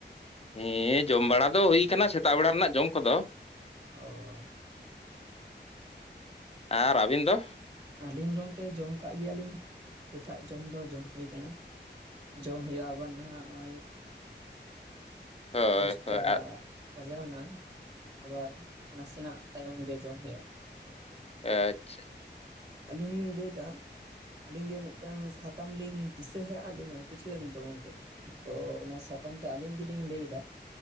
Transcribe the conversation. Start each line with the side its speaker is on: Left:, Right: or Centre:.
Left: ᱦᱮᱸ ᱡᱚᱢ ᱵᱟᱲᱟ ᱫᱚ ᱦᱩᱭ ᱟᱠᱟᱱᱟ ᱥᱮᱛᱟᱜ ᱵᱮᱲᱟ ᱨᱮᱱᱟᱜ ᱡᱚᱢ ᱠᱚᱫᱚ᱾
Right: ᱚ᱾
Left: ᱟᱨ ᱟᱵᱤᱱ ᱫᱚ?
Right: ᱟᱹᱞᱤᱧ ᱜᱚᱢᱠᱮ ᱡᱚᱢ ᱠᱟᱜ ᱜᱮᱭᱟᱞᱤᱧ, ᱥᱮᱛᱟᱜ ᱡᱚᱢ ᱫᱚ ᱡᱚᱢ ᱦᱩᱭ ᱠᱟᱱᱟ᱾ ᱡᱚᱢ ᱦᱩᱭᱩᱜᱼᱟ ᱟᱵᱟᱨ ᱱᱟᱜᱷ ᱱᱚᱜᱼᱚᱭ
Left: ᱦᱳᱭ
Right: ᱫᱚᱥᱴᱟ
Left: ᱦᱳᱭ
Right: ᱾ ᱵᱟᱡᱟᱣ ᱮᱱᱟ, ᱟᱵᱟᱨ ᱱᱟᱥᱮᱱᱟᱜ ᱛᱟᱭᱚᱢ ᱜᱮ ᱡᱚᱢ ᱦᱩᱭᱩᱜᱼᱟ ᱾
Left: ᱟᱪᱪᱷᱟ ᱾
Right: ᱟᱹᱞᱤᱧ ᱞᱤᱧ ᱞᱟᱹᱭᱫᱟ ᱟᱹᱞᱤᱧ ᱜᱮ ᱢᱤᱫᱴᱟᱝ ᱥᱟᱛᱟᱢ ᱞᱤᱧ ᱫᱤᱥᱟᱹ ᱦᱮᱡ ᱦᱟᱜ ᱞᱤᱱᱟ ᱵᱩᱡᱽ ᱠᱮᱫᱟᱵᱤᱱ ᱛᱚ ᱜᱚᱝᱠᱮ᱾ ᱛᱚ ᱚᱱᱟ ᱥᱟᱛᱟᱢ ᱫᱚ ᱟᱹᱞᱤᱧ ᱜᱮᱞᱤᱧ ᱞᱟᱹᱭᱫᱟ᱾